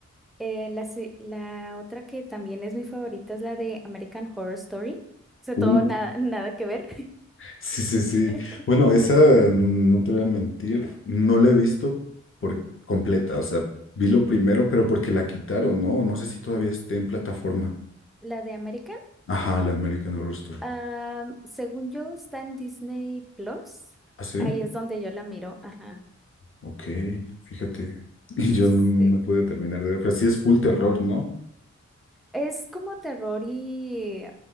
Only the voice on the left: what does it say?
Uh.
Sí, sí, sí.
Bueno, esa, mm, no te voy a mentir, no la he visto por completa. O sea, vi lo primero, pero porque la quitaron, ¿no? No sé si todavía esté en plataforma.
Ajá, la American Horror Story.
¿Ah, sí?
Ok, fíjate. <laughs> Y yo
no, no no pude terminar de ver, pero sí es full terror, ¿no?